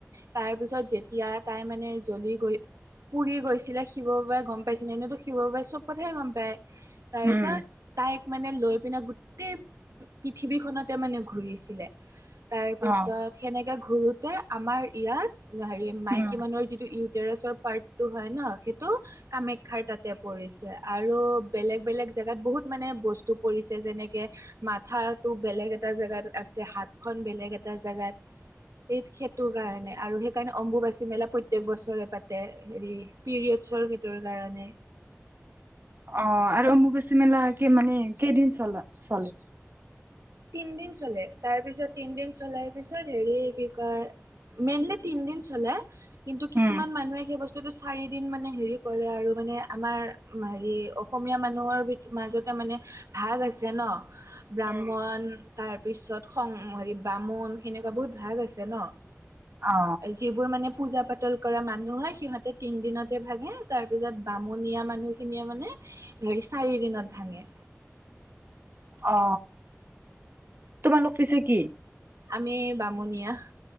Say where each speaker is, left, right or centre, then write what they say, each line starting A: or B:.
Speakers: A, on the right; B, on the right.
A: তাৰ পিছত যেতিয়া তাই মানে মানে জ্বলি গৈ পুৰি গৈছিলে শিৱ বাবাই গম পাইছিল এনেতো শিৱ বাবাই চব কথাইে গম পায়। তাৰপিছত
B: উম উম
A: তাইক মানে লৈ পিনে গোটেই পৃথিৱীখনতে মানে ঘূৰিছিলে। তাৰপিছত
B: অ
A: সেনেকে ঘূৰোতে আমাৰ ইয়াত হেৰি মাইকী
B: উম
A: মানুহৰ যিটো ইউটৰাছৰ পাৰ্টটো হয় ন সেইটো কামাখ্যাৰ তাত ত পৰিছে আৰু বেলেগ বেলেগ জেগাত বহুত মানে বস্তু পৰিছে যেনেকে মাথাটো বেলেগ এটা জেগাত আছে হাত হাত খন বেলেগ এটা জেগাত
B: উ <inaudible>
A: এই সেইটোৰ কাৰণে আৰু সেইকাৰণে অম্বুবাচী মেলা প্ৰত্যয়েক বছৰে পাতে হেৰি পিৰিয়ডছৰ সেইটোৰ কাৰণে।
B: অ, আৰু অম্বুবাচী মেলা কি মানে কেইদিন চল- চলে
A: তিনদিন চলে তাৰ পিছত তিনদিন চলাৰ পিছত হেৰি কি কয় মেইনলি তিন দিন চলে কিন্তু কিছুমান
B: উম
A: মানুহে সেই বস্তু চাৰিদিন মানে হেৰি কৰে আৰু মানে আমাৰ হেৰি অসমীয়া মানুহৰ মাজতে মানে ভাগ আছে ন ব্ৰাহ্মণ
B: উম
A: তাৰ পিছত হেৰি বামুণ সেনেকুৱা বহুত ভাগ আছে ন।
B: অ
A: যিবোৰ মানে পূজা পাতল কৰা মানুহ হয় সিহতে তিন দিনতে ভাগে তাৰ পিছত বামুণীয়া মানুহখিনিয়ে মানে ধৰি চাৰি দিনত ভাঙে।
B: অ, তোমালোক পিছে কি?
A: আমি বামুণীয়া।